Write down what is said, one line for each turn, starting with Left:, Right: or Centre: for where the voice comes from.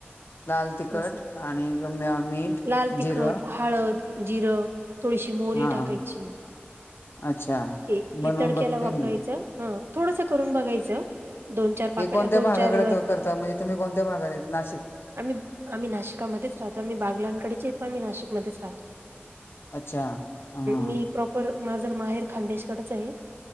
Left: लाल तिखट
Right: असं
Left: आणि म मीठ
Right: लाल तिखट
Left: जिर
Right: हळद जिर थोडीशी मोरी
Left: हा
Right: टाकायची
Left: अच्छा
Right: हे
Left: बनवून
Right: तडक्याला
Left: बघते
Right: वापरायचं
Left: मी
Right: ह थोडसं करून बघायचं दोन चार पाकड
Left: हे कोणत्या
Right: दोन
Left: भागाकडे
Right: चार
Left: करतात म्हणजे तुम्ही कोणत्या भागात आहेत नाशिक
Right: आम्ही आम्ही नाशिकामध्येच राहतो आम्ही बागलाकडेचे पण आम्ही नाशिकमध्येच राहतो
Left: अच्छा हा
Right: मी प्रॉपर माझं माहेर खानदेशकडच आहे